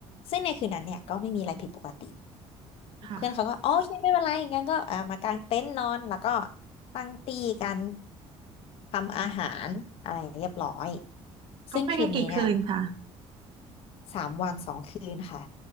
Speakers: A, on the left; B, on the right.
A: ซึ่งในคืนนั้นเนี่ยก็ไม่มีอะไรผิดปกติ
B: ค่ะ
A: เพื่อนเขาก็อ๋อโอเคไม่เป็นไรงั้นก็อ่ามากางเต็นท์นอนแล้วก็ตั้งตีกันทำอาหารอะไรเรียบร้อย
B: เขาไปกันกี่คืนคะ
A: ซึ่งทริปนี้เนี่ยสามวันสองคืนค่ะ